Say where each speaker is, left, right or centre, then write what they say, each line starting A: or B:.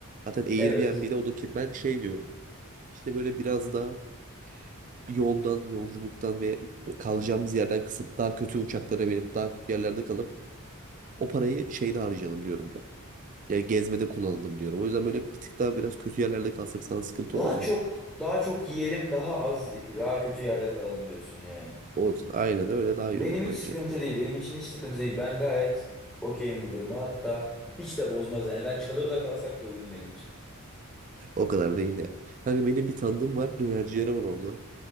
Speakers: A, on the right; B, in the centre.
A: Zaten Airbnb'de
B: Evet.
A: o da ki ben şey diyorum. İşte böyle biraz daha yoldan, yolculuktan ve kalacağımız yerden kısıp daha kötü uçaklara binip daha kötü yerlerde kalıp o parayı şeyde harcayalım diyorum ben. Yani gezmede kullanalım diyorum. O yüzden böyle bir tık daha biraz kötü yerlerde kalsak sana sıkıntı
B: Daha
A: olur mu?
B: çok daha çok yiyelim, daha az daha kötü yerde kalalım diyorsun yani.
A: Olsun. Aynen öyle daha
B: Benim
A: iyi olur
B: hiç
A: bence.
B: sıkıntı değil. Benim için hiç sıkıntı değil. Ben gayet okeyim bu duruma. Hatta hiç de bozmaz yani. Ben çadırda kalsak da uygun benim için.
A: O kadar değil de. Kanka benim bir tanıdığım var. Dönercileri var orada.